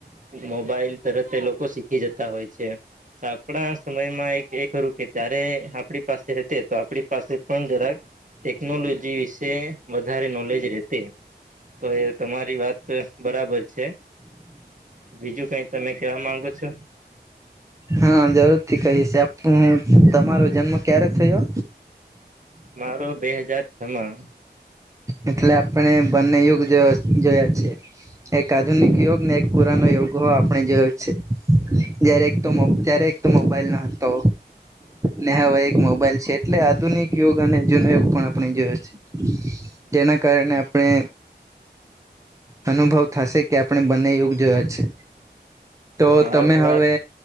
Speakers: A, on the right; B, on the right.
A: મોબાઈલ તરત લોકો શીખી જતા હોય છે. તો આપણા સમયમાં એક એ ખરું કે જય્યારે આપણી પાસે રહેતે તો આપડી પાસે પણ જરાક ટેકનોલોજી વિશે. વધારે નોલેજ રેતી તો એ તમારી વાત બરાબર છે. બીજું કઈ તમે કેવા માંગો છો?
B: હા જરૂર થી કહીશ આપ તમારો જન્મ ક્યારે થયો?
A: મારો બે હજાર. છમાં
B: એટલે આપણે બંને યુગ જોયા જોયા છે. એક આધુનિક યોગ ને એક પુરાનો યોગ હો આપણે જોયો જ છે. જયારે એક તો ત્યારે એક તો મોબાઈલ ન હતો ને હવે એક મોબાઈલ છે. એટલે આધુનિક યોગ અને જૂનો યોગ પણ આપણે જોયો છે જેના કારણે આપણે અનુભવ થશે કે આપણે બંને યુગ જોયા છે. તો
A: આ
B: તમે
A: વાત
B: હવે